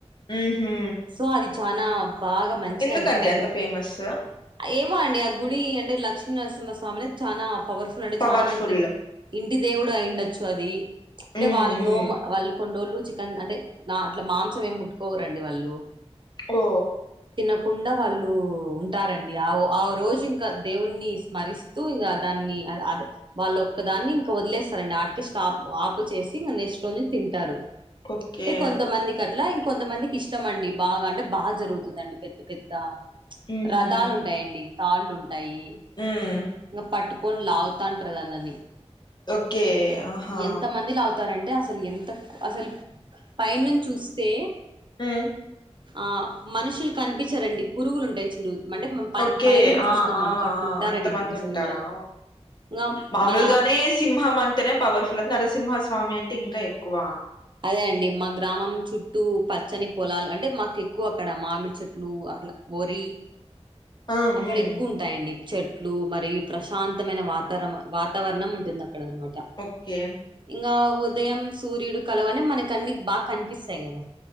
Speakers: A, on the left; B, on the right.
A: ఉహు
B: సో అది చనా బాగా మంచిదండి
A: ఎందుకండి
B: కదిరి
A: అంత ఫేమస్
B: ఏమో అండి ఆ గుడి అంటే లక్ష్మీనరసింహ స్వామి అ చాలా పవర్ఫుల్ అండీ
A: పవర్ఫుల్
B: చాలా మందికి ఇంటి దేవుడు అయిండొచ్చు అది అంటే
A: ఉమ్
B: వాళ్ళు
A: ఉమ్
B: నో వాళ్ళు కొన్ని రోళ్లు చికెన్ అంటే నా అట్ల మాంసం ఏం ముట్టుకోవరండి వాళ్ళు
A: ఓ
B: తినకుండా వాళ్ళు ఉంటారండి ఆ ఆ రోజు ఇంకా దేవుణ్ణి స్మరిస్తూ ఇంగ దాన్ని అది వాళ్ళు ఒక్క దాన్ని ఇంకా వదిలేస్తారండి అటికే స్టాప్ ఆపు చేసి ఇంకా నెక్స్ట్ రోజు తింటారు
A: ఓకే
B: అంటే కొంతమందికి అట్లా ఇంక కొంతమందికి ఇష్టం అండి బాగా అంటే బాగా జరుగుతుందండి పెద్ద పెద్ద
A: ఉహు
B: రథాలు ఉంటాయండి తాళ్ళు ఉంటాయి
A: ఉమ్
B: ఇంకా పట్టుకోని లావుతాంటా అంటారు కదా అండి
A: ఓకే ఆహా
B: ఎంత మంది లావుతారంటే అసలు ఎంత అసలు పై నుంచి చూస్తే
A: ఉమ్
B: ఆ మనుషులు కనిపించారండి పురుగులు ఉంటాయి చుడు అంటే పన
A: ఓకే
B: పైనుంచి
A: ఆ
B: చూసినాం
A: ఆ
B: అనుకో అట్లుంటారండి
A: అంతమంది
B: మనుషులు
A: ఉంటారా
B: కూడా ఇంగా
A: మామూలుగానే
B: మన
A: సింహం అంటేనే పవర్ఫుల్ అది నరసింహస్వామి అంటే ఇంకా ఎక్కువ
B: అదే అండి మా గ్రామం చుట్టూ పచ్చని పొలాలు అంటే మాకు ఎక్కువ అక్కడ మామిడి చెట్లు అట్లా బొరి
A: ఆ
B: అక్కడ
A: ఉమ్
B: ఎక్కువ ఉంటాయండి చెట్లు మరియు ప్రశాంతమైన వాతావరణ వాత్ వాతావణం ఉంటుంది అక్కడ అనమాట
A: ఓకే
B: ఇంగా ఉదయం సూర్యుడు కలవనే మనకు అన్ని బాగా కనిపిస్తాయి గదా